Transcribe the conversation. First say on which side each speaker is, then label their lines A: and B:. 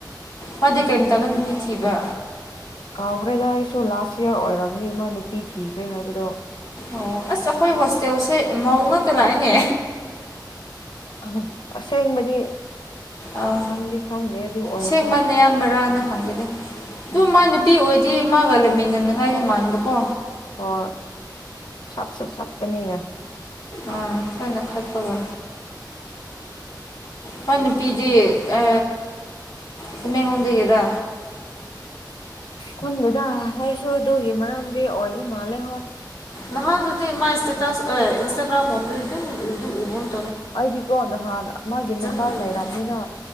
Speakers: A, on the left; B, on the left.
A: ꯃꯥꯗꯤ ꯀꯔꯤꯃꯇꯝꯗ ꯅꯨꯄꯤ ꯊꯤꯕ
B: ꯀꯥꯎꯈ꯭ꯔꯦꯗ ꯑꯩꯁꯨ ꯂꯥꯁ ꯏꯌꯥ ꯑꯣꯏꯔꯝꯅꯤ ꯃꯥ ꯅꯨꯄꯤ ꯊꯤꯈ꯭ꯔꯦ ꯍꯥꯏꯕꯗꯣ
A: ꯑꯣ ꯑꯁ ꯑꯩꯈꯣꯏ ꯍꯣꯁꯇꯦꯜꯁꯦ ꯃꯧ ꯉꯛꯇ ꯂꯥꯛꯏꯅꯦ
B: ꯑ ꯑꯁꯦꯡꯕꯗꯤ
A: ꯑꯥ
B: ꯈꯪꯗꯤ ꯈꯪꯗꯦ ꯑꯗꯨ ꯑꯣꯏꯔꯁꯨ
A: ꯁꯦꯡꯕ ꯅꯌꯥꯝꯕꯔꯥꯅ ꯍꯪꯒꯦꯗ ꯑꯗꯨ
B: ꯎꯝ
A: ꯃꯥ ꯅꯨꯄꯤ ꯑꯣꯏ ꯗꯤ ꯃꯥꯒ ꯂꯩꯃꯤꯟꯅꯅꯉꯥꯏꯗꯤ ꯃꯥꯟꯕꯀꯣ
B: ꯍꯣꯏ ꯈꯠꯁꯨ ꯈꯠꯄꯅꯤꯅ
A: ꯑꯥ ꯈꯔꯅ ꯈꯠꯄꯒ ꯃꯥ ꯅꯨꯄꯤꯤꫪꯗꯤ ꯑ ꯇꯃꯦꯡꯂꫭꯡꯗꯒꯤꯔ
B: ꯈꯪꯗꯦꯗ ꯑꯩꯁꯨ ꯑꯗꯨꯒꯤ ꯃꯔꯝꯗꯤ ꯑꯣꯏꯕ ꯃꯥꯜꯂꯦ ꯍꯣꯏ
A: ꯅꯍꯥꯟ ꯗꯨꯗꯤ ꯃꯥꯥꯏ ꯏꯁꯇꯦꯇꯥ ꯑꯦ ꯏꯟꯁꯇꯒ꯭ꯔꯝ <unintelligible>
B: ꯑꯩꯗꯤꯀꯣ ꯅꯍꯥꯟ ꯃꯥꯒꯤ ꯅꯕꯥꫪ
A: ꯎꯗꯦꯅ
B: ꯂꯩꯔꯝꯅꯤꯅ